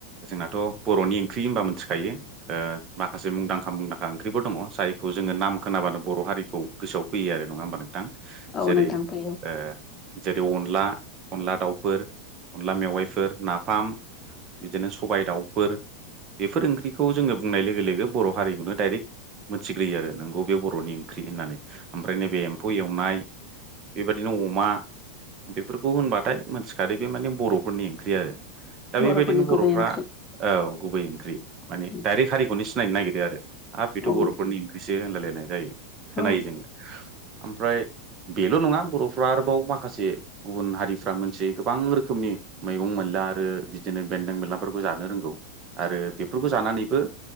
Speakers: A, on the right; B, on the left.
A: जोंनाथ' बर'नि ओंख्रि होनबा मिन्थिखायो ओ माखासे मुंदांखा मुंदांखा ओंख्रिफोर दङ जायखौ जोङो नाम खोना बानो बर' हारिखौ गोसोआव फैयो आरो नङा होमबा नोंथां
B: औ
A: जेरै
B: नोंथां फैयो
A: ओ जे अनला अनला दाउफोर अनला मेवाइफोर नाफाम बिदिनो सबाइ दाउफोर बेफोर ओंख्रिखौ जोङो बुंनाय लोगो लोगो बर' हारिखौनो डाइरेक्ट मोनथिग्रोयो आरो नोंगौ बे बर'नि ओंख्रि होननानै ओमफ्राय नैबे एम्फौ एवनाय बेबादिनो अमा बेफोरखौ होनबाथाय मोनथिखादो बे माने बर'फोरनि ओंख्रि आरो दा
B: बर'फोरनि
A: बेबायदिनो बर'फ्रा
B: गुबै ओंख्रि
A: औ गुबै ओंख्रि माने
B: औ
A: डाइरेक्ट हारिखौनो सिनायनो नागिरो आरो हाब बेथ' बर'फोरनि
B: नोंथां
A: ओंख्रिसो होनलायलायनाय जायो खोनायो
B: औ
A: जोङो ओमफ्राय बेल नङा बरफ्रा आरोबाव माखासे गुबुन हारिफ्रा मोनथियै गोबां रोखोमनि मैगं मोनला आरो बिदिनो बेन्दों बेनलाफोरखौ जानो रोंगौ आरो बेफोरखौ जानानैबो